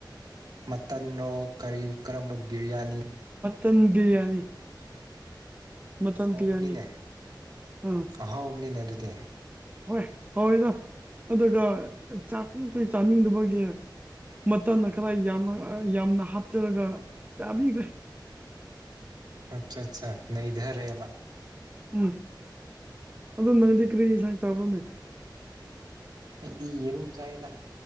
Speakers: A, on the right (about 60°); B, on the right (about 20°).
A: ꯃꯇꯟ ꯔꯣ ꯀꯔꯤ ꯀꯔꯝꯕ ꯕꯤꯔꯌꯥꯅꯤ
B: ꯃꯇꯟ ꯕꯤꯔꯌꯥꯅꯤ ꯃꯇꯟ
A: ꯍꯥꯎꯕꯅꯤꯅꯦ
B: ꯄꯤꯔꯅꯤ ꯑꯥ
A: ꯑꯍꯥꯎꯕꯅꯤꯅꯦ ꯑꯗꯨꯗꯤ
B: ꯍꯣꯏ ꯍꯧꯔꯦꯗ ꯑꯗꯨꯒ ꯆꯥꯅꯤꯡꯕꯩ ꯆꯥꯅꯤꯡꯗꯕꯒꯤ ꯃꯇꯟꯅ ꯈꯔ ꯌꯥꯝꯃꯒ ꯌꯥꯝꯅ ꯍꯥꯞꯆꯂꯒ ꯆꯥꯕꯤꯈ꯭ꯔꯦ
A: ꯑꯠꯆꯥ ꯑꯠꯆꯥ ꯅꯩꯊꯔꯦꯕ
B: ꯎꯝ ꯑꯗꯣ ꯅꯪꯗꯤ ꯀꯔꯤ ꯢꯟꯁꯥꯡ ꯆꯥꯕꯔꯣꯅꯦ
A: ꯑꯩꯗꯤ ꯌꯦꯔꯨꯝ ꯆꯥꯏꯗ